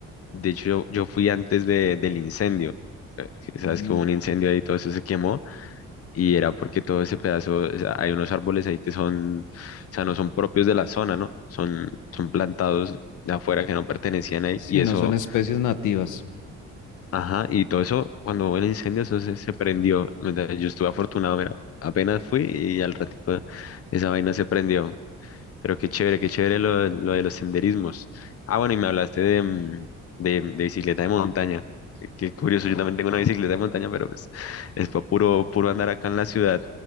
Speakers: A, on the left; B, on the left.
A: de hecho yo, yo fui antes de, del incendio. eh, que Sabes
B: ujú.
A: que hubo un incendio ahí, y todo eso se quemó. y era porque todo ese pedazo, o sea, hay unos árboles ahí que son, o sea, no son propios de la zona, ¿no? Son, son plantados de afuera que no pertenecían ahí,
B: Sí,
A: y eso,
B: no son especies nativas.
A: ajá, y todo eso, cuando hubo el incendio, eso se, se prendió, ¿verdad? Yo estuve afortunado, mira, apenas fui y al ratico esa vaina se prendió, pero qué chévere, qué chévere lo, lo de los senderismos. Ah, bueno, y me hablaste de, mm, de, de bicicleta de montaña. Qué, qué curioso, yo también tengo una bicicleta de montaña, pero pues es pa- puro, puro andar acá en la ciudad.